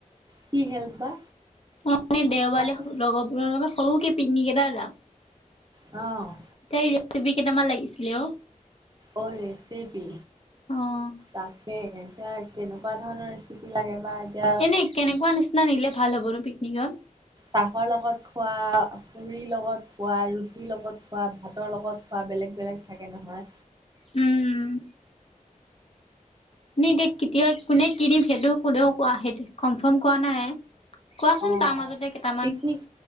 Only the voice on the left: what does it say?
মানে দেওবাৰে
লগৰবোৰৰ লগ সৰুকে পিকনিক এটা যাম।
এতিয়াই ৰেচিপি কেইটামান লাগিছিলে অঁ,
অ',
এনেই কেনেকুৱা নিচিনা নিলে ভাল হ'ব ন পিকনিকত?
উম। এনেই এতিয়া কেতিয়া কোনে কি দিম সেইটো কোনেও কনফাৰ্ম কৰা নাই। কোৱাচোন
তাৰ মাজতে কেইটামান,